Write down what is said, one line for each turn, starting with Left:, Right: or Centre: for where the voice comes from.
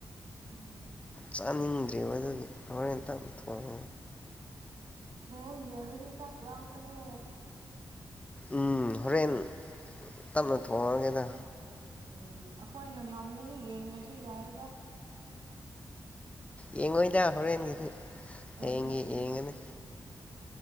Right: ꯎꯝ
Left: ꯆꯥꯅꯤꯡꯗ꯭ꯔꯤꯕ ꯑꯗꯨꯒꯤ ꯍꯣꯔꯦꯟꯦꯟꯇ ꯊꯣꯛ
Right: ꯣ ꯌꯥꯔꯤꯔꯤ ꯆ ꯋꯥ ꯃꯅꯦ
Left: ꯎꯝ ꯍꯣꯔꯦꯟ ꯇꯞꯅ ꯊꯣꯡꯉꯒꯦꯗ
Right: ꯎꯝ ꯑꯩꯈꯣꯏꯅ ꯉꯝꯒꯅꯤ ꯌꯦꯡꯉꯁꯨ ꯌꯥꯔꯗ
Left: ꯌꯦꯡꯉ ꯑꯣꯏꯣꯏꯗ ꯍꯣꯔꯦꯟꯦꯟ
Right: ꯇꯦꯟ
Left: ꯍꯌꯦ
Right: ꯊꯥꯔꯇꯤ
Left: ꯌꯦꯉꯅꯦ